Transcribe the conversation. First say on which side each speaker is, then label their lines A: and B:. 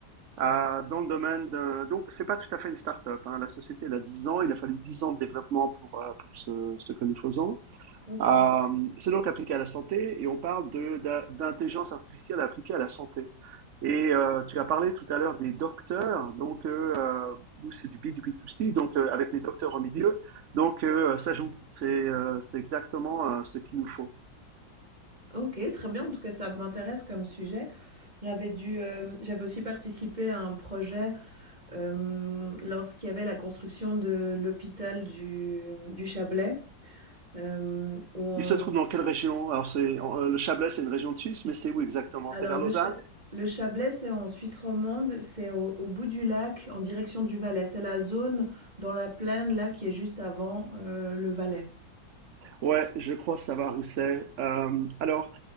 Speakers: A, on the right; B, on the right.
A: Euh, dans le domaine de... Donc, c'est pas tout à fait une start-up. hein. La société, elle a 10 ans. Il a fallu 10 ans de développement pour, euh, pour ce, ce que nous faisons.
B: OK.
A: Euh, c'est donc appliqué à la santé et on parle de, d'intelligence artificielle appliquée à la santé. Et euh, tu as parlé tout à l'heure des docteurs. Donc, euh, euh, nous, c'est du B2B2C, donc euh, avec les docteurs au milieu. Donc, euh, ça joue. C'est euh, c'est exactement euh, ce qu'il nous faut.
B: OK, très bien. En tout cas, ça m'intéresse comme sujet. J'avais dû, hem, j'avais aussi participé à un projet, hem, lorsqu'il y avait la construction de l'hôpital du du Chablais, hem, où on
A: Il se trouve dans quelle région? Alors, c'est euh, le Chablais, c'est une région de Suisse, mais c'est où exactement?
B: alors
A: C'est vers
B: le
A: Lausanne?
B: Cha le Chablais, c'est en Suisse romande, c'est au au bout du lac, en direction du Valais. C'est la zone dans la plaine là qui est juste avant, heu, le Valais.
A: Ouais, je crois savoir où c'est. Euh, alors,